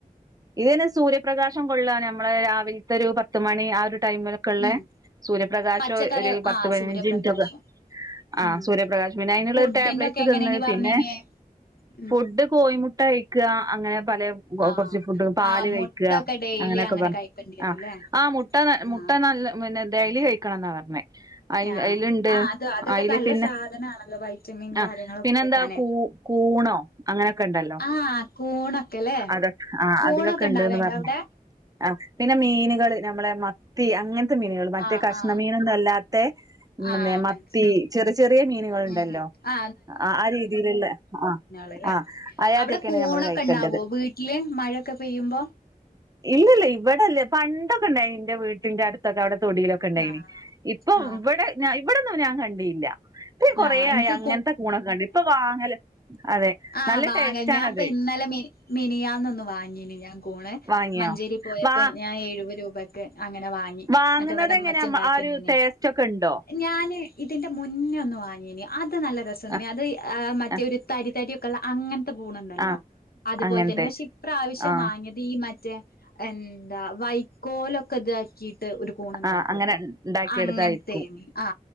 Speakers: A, on the right (about 25°); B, on the left (about 85°).
A: ഇ സൂര്യപ്രകാശം കൊള്ളാ നമ്മളെ രാവിലത്തെ ഒരു പത്ത് മണി ആ ഒരു ടൈമിലൊക്കെ ഉള്ള
B: ഉം
A: സൂര്യപ്രകാശം
B: പച്ചക്കറി
A: ഒരു പത്ത്
B: ആ
A: പതിനഞ്ച്
B: സൂര്യപ്രകാശം
A: മിനിറ്റൊക്കെ ആസൂര്യപ്രകാശ്
B: ഉം
A: പിന്നെ അതിനുള്ളരു
B: ഫുഡിന്റെ
A: ടാബ്ലറ്റ്
B: ഒക്കെ എങ്ങനെ
A: തിന്ന
B: ഇനി പറഞ്ഞിനേ
A: പിന്നെ
B: ഉം
A: ഫുഡ് കോഴിമുട്ട കഴിക്കുക അങ്ങനെ പല
B: ആ
A: കുറച്ച് ഫുഡ് പാല്
B: ആ
A: കഴിക്ക
B: മുട്ടൊക്കെ ഡെയിലി
A: അങ്ങനെയൊക്കെ
B: അങ്ങനെ
A: പറ
B: കഴിക്കേണ്ടി വരുംല്ലേ
A: ആആ മുട്ട ന മുട്ട
B: ആ
A: നല്ല പിന്നെ ഡെയലി കഴിക്കണന്നാ പറഞ്ഞെ അ
B: ആ
A: അയിലുണ്ട്
B: ആ അത് അതൊക്കെ
A: അതിൽ
B: നല്ല
A: പിന്നെ
B: സാധനാണല്ലോ വൈറ്റമിൻ
A: ആ
B: കാര്യങ്ങളൊക്കെ
A: പിന്നെ
B: കിട്ടാന്
A: എന്താ കൂ കൂണോ അങ്ങനെയൊക്കെ ഉണ്ടല്ലോ
B: ആ കൂണൊക്കെല്ലേ
A: അതൊ ആ
B: കൂണൊക്കെ
A: അതിലൊക്കെ ഉണ്ട്ന്ന്
B: ഇണ്ടാവേണ്ടോ
A: പറഞ്ഞെ
B: അവിടെ
A: ആ മീനുകൾ നമ്മളെ മത്തി അങ്ങനത്തെ മീനുകൾ മറ്റേ
B: ആ
A: കഷ്ണ
B: ആ
A: മീനൊന്ന അല്ലാത്ത പിന്നെ
B: ആ
A: മത്തി
B: മനസ്സിലായി
A: ചെറിയ ചെറിയ മീനുകൾുണ്ടല്ലോ
B: ഉം ഉം ആ
A: ആ രീതിയിലുള്ള ആ
B: ല്ലെ
A: ആ അയാദ്യൊക്കെയാണ്
B: അവിടെ കൂണൊക്കെ
A: നമ്മള് കഴിക്കേണ്ടത്
B: ഉണ്ടാവോ വീട്ടില് മഴൊക്കെ പെയ്യുമ്പോ
A: ഇല്ലല്ല ഇവിടെല്ല പണ്ടൊക്കെ ഉണ്ടായിനി എന്റെ വീട്ടിന്റെ അടുത്തൊക്കെ അവിടെ തൊടിയിലൊക്കെ ഉണ്ടായിനി
B: ആഹ്
A: ഇപ്പൊ
B: ആഹ്
A: ഇവിടെ ഇവിടെ ന്ന ഞാൻ കണ്ടിയില്ല ഇ കൊറോയി
B: ആഹ് എനിക്ക്
A: അങ്ങനത്തെ കൂണൊക്കെണ്ട് ഇപ്പൊ വാങ്ങല് അതെ
B: ആവാങ്ങ
A: നല്ല ടേസ്റ്റ്
B: ഞാൻ
A: ആണത്
B: അപ്പൊ ഇന്നലെ മിന മിനിയാന്നൊന്ന് വാങ്ങീന് ഞാൻ കൂണ്
A: വാങ്ങിയോ
B: മഞ്ചേരി പോയപ്പോ
A: വാ
B: ഞാൻ എഴുപത് രൂപയ്ക്ക് അങ്ങനെ വാങ്ങി
A: വാങ്ങുന്നത്
B: എന്നട്ട് വിടമ്മചിഉണ്ടാക്കിയന്നനെ
A: എങ്ങനെയാ ആ ഒരു ടേസ്റ്റ് ഒക്കെ ഉണ്ടോ
B: ഞാന് ഇതിന്റെ മുന്ന ഒന്ന് വാങ്ങന് അത് നല്ല രസൊന്ന
A: ആ
B: അത് മറ്റേ
A: ആ
B: ഒരു തരി തരി ഒക്കെള്ള അങ്ങനെ ഗൂണുണ്ടല്ലോ
A: ആ
B: അതുപോലെ
A: അങ്ങനത്തെ
B: തന്നെ പക്ഷെ ഇപ്ര ആാവശ്യം
A: ആ
B: വാങ്ങിയത് ഈ മറ്റേ എന്താ വൈക്കോലൊക്കെ ഇതാക്കിട്ട് ഒരു കൂൺ ഉണ്ടാക്കുമല്ലോ
A: ആ അങ്ങനെ ഉണ്ടാക്കിയെടുത്തായിരിക്കും
B: അങ്ങനത്തെയ ആ